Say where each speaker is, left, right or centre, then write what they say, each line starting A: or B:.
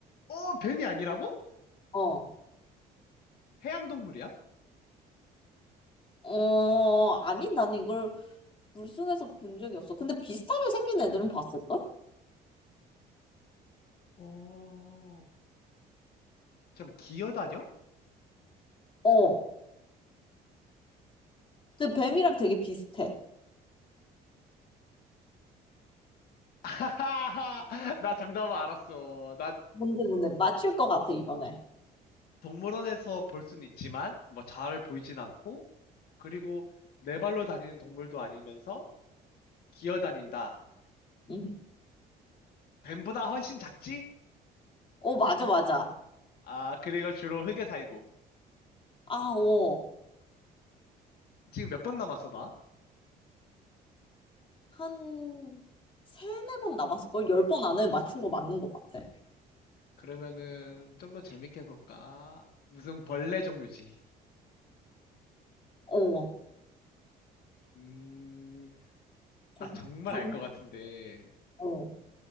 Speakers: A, on the left (about 65°); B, on the left (about 30°).
A: 어, 뱀이 아니라고?
B: 어.
A: 해양동물이야?
B: 어, 아니, 나는 이걸 물속에서 본 적이 없어. 근데 비슷하게 생긴 애들은 봤을걸?
A: 어, 잠 기어다녀?
B: 어. 근데 뱀이랑 되게 비슷해.
A: 아하하, 나 정답은 알았어. 나
B: 뭔데, 뭔데. 맞출 것 같아, 이번에.
A: 동물원에서 볼 수는 있지만, 뭐 잘 보이진 않고, 그리고 네 발로 다니는 동물도 아니면서 기어다닌다.
B: 응.
A: 뱀보다 훨씬 작지?
B: 어, 맞아, 맞아.
A: 아, 그리고 주로 흙에 살고.
B: 아, 어.
A: 지금 몇 번 남았어, 나?
B: 한, 세네 번 남았을걸? 열 번 안에 맞춘 거 맞는 것 같아.
A: 그러면은 좀 더 재밌게 해볼까? 무슨 벌레 종류지?
B: 어.
A: 음,
B: 벌,
A: 나 정말
B: 벌,
A: 알 것 같은데,
B: 어.